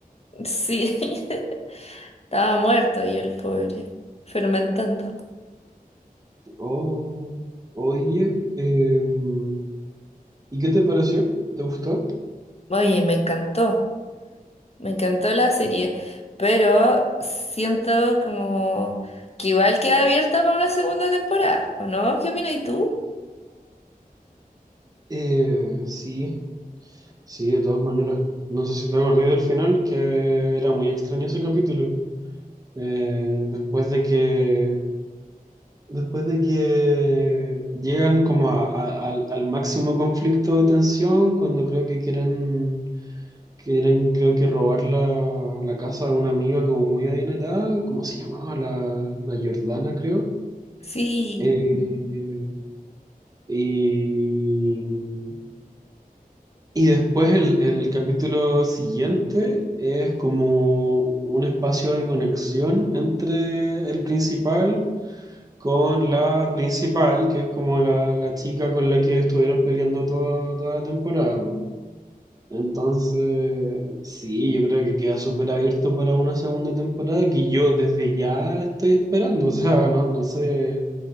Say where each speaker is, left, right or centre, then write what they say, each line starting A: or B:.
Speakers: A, on the left; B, on the right.
A: Sí, <laughs> estaba muerto y el pobre, fermentando.
B: Oh, oye, em, ¿y qué te pareció? ¿Te gustó?
A: Oye, me encantó. Me encantó la serie, pero siento como que igual queda abierta para una segunda temporada, ¿o no? ¿Qué opinas tú?
B: Eh, sí, sí, de todas maneras. No sé si te acordé del final, que era muy extraño ese capítulo. Eh, después de que, después de que llegan como a- a- al, al máximo conflicto de tensión, cuando creo que quieren que eran, creo que robar la, la casa de una amiga como muy adinerada, ¿cómo se llamaba? La, la Jordana, creo.
A: Sí.
B: Eh, y, y después el, el- el capítulo siguiente es como un espacio de conexión entre el principal con la principal, que es como la, la chica con la que estuvieron peleando toda, toda la temporada. po. Entonces, sí, yo creo que queda súper abierto para una segunda temporada que yo desde ya estoy esperando. O sea, no, no sé,